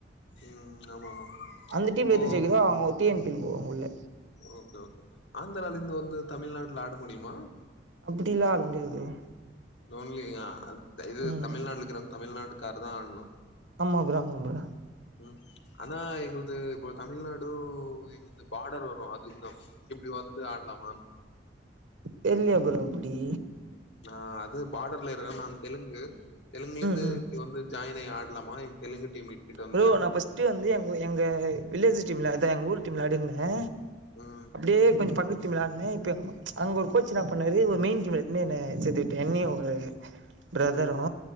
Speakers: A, on the left (about 70°); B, on the right (about 85°).
A: ம் ஆமா ஆமா
B: அந்த டீம்
A: இப்போ
B: எதுஜெயிக்குதோ அவுங்க டி என் பில் போவாங்க உள்ள
A: ஓகே ஓகே ஆந்தரால இருந்து வந்து தமிழ்நாட்ல ஆட முடியுமா
B: அப்டிலா ஆட முடியாது ப்ரோ
A: ஒன்லி அ இது
B: ம்
A: தமிழ்நாட்ல இருக்கிறவங்க தமிழ்நாட்டுக்காரு தா ஆட்ணு
B: ஆமா ஃப்ரோ ஆமா ஃப்ரோ
A: ம் ஆனா எங்கள்து இப்ப தமிழ்நாடு எங்கள்து பாடர் வரு <unintelligible> இப்டி வந்து ஆடலாமானு
B: தெரிலயோ ஃப்ரோ அப்டி
A: ஆ அது பார்டர்ல இருக்க நா தெலுங்கு தெலுங்குல இருந்து
B: ம் ம்
A: இப்ப வந்து ஜாயினாயி ஆடலாமா எங் தெலுங்கு டீம் இட்டுட்டு வந்து
B: ப்ரோ
A: <inaudible>
B: நான் ஃபர்ஸ்ட்டு வந்து எங்க எங்க வில்லேஜ் டீம்ல அத எங்க ஊர் டீம்ல ஆடிருந்தே
A: ம்
B: அப்டியே கொஞ்ச பக்கத்து டீம்ல ஆடுன அங்க கோச்ச என்னா பண்ணாரு ஒரு மெயின் டீம்ல <unintelligible> என்ன சேத்துவிட்டு என்னயு ஒரு ப்ரதரு
A: ம்